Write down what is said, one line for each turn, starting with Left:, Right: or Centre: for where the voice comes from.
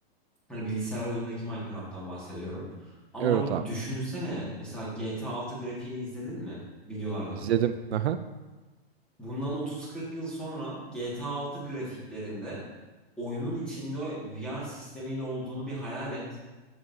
Centre: Hani bilgisayar oyunundaki Minecraft'tan bahsediyorum. Ama
Right: Evet
Centre: abi
Right: abi.
Centre: düşünsene mesela GTA 6 grafiğini izledin mi videolardan?
Right: İzledim. Aha. <laughs>
Centre: Bundan 30-40 yıl sonra GTA 6 grafiklerinde oyunun içinde VR sistemiyle olduğunu bir hayal et.